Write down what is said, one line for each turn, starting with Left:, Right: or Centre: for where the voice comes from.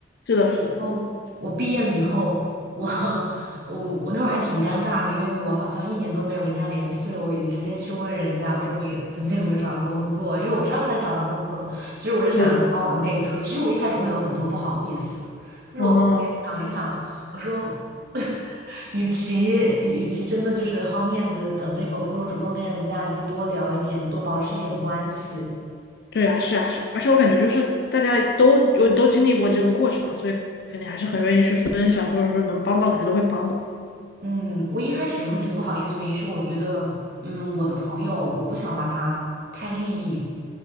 Left: 是的，是的，
Right: 嗯，
Left: 是的，
Right: 我毕业了以后，我 <laughs> 我我那会儿还挺尴尬的，因为我好像一年都没有跟人家联系了，我也直接去问人家，我说你最近有没有找到工作？因为我知道他是找到工作了，其实我是想让他帮我内推，
Left: 对对，
Right: 其实我一开始会有很多不好意思，但是我后面想一想，
Left: 嗯。
Right: 我说。<laughs> 与其与与其真的就是好面子等这个，不如主动跟人家就是多聊一点，多保持一点关系。
Left: 对啊，是啊，是啊而且我感觉就是大家都有都经历过这个过程嘛，所以肯定还是很愿意去分享，或者说能帮到肯定都会帮的。
Right: 嗯，我一开始会觉得不好意思，原因是我觉得，嗯，我的朋友，我不想把他太利益